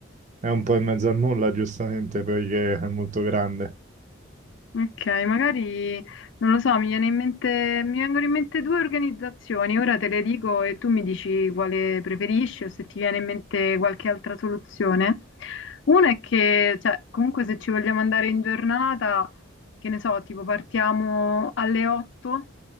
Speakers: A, on the right; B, on the left.
A: è un po' in mezzo a nulla, giustamente, perché è molto grande
B: Ok, magari non lo so, mi viene in mente, mi vengono in mente due organizzazioni, ora te le dico e tu mi dici quale preferisci o se ti viene in mente qualche altra soluzione. Una è che, cioè, comunque se ci vogliamo andare in giornata, che ne so, tipo partiamo alle 8,